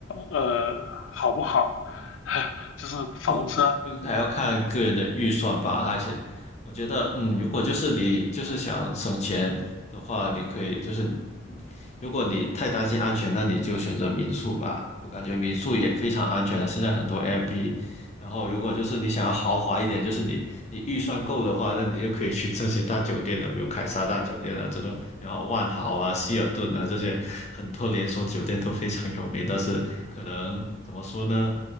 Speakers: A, on the left; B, on the left.
A: 呃好不好。<laughs> 就是房车。
B: 就就还要看个人的预算吧，而且我觉得，嗯，如果就是你就是想省钱的话，你可以就是，嗯如果你太担心安全，那你就选择民宿吧。我感觉民宿也非常安全了，现在很多 Airbnb。然后，如果就是你想要豪华一点，就是你你预算够的话，那你就可以去这些大酒店了，比如凯撒大酒店啊这种，然后万豪啊、希尔顿啊这些很多连锁酒店都非常有名，但是可能怎么说呢？